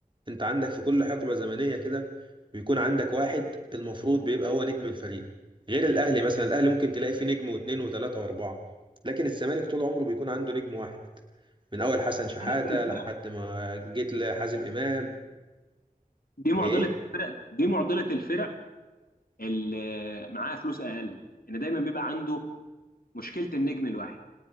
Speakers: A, on the right; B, on the left.
A: انت عندك في كل حقبه زمنيه كده بيكون عندك واحد المفروض بيبقى هو نجم الفريق غير الاهلي مثلا الاهلي ممكن تلاقي فيه نجم واثنين وثلاثه واربعه لكن الزمالك طول عمره بيكون عنده نجم واحد من اول حسن شحاته
B: معضلة الفرق
A: لحد ما جيت لحازم امام
B: دي معضله
A: ايه
B: الفرق دي معضله الفرق دي معضله الفرق اللي معاه فلوس اقل ان دايما بيبقى عنده مشكله النجم الواحد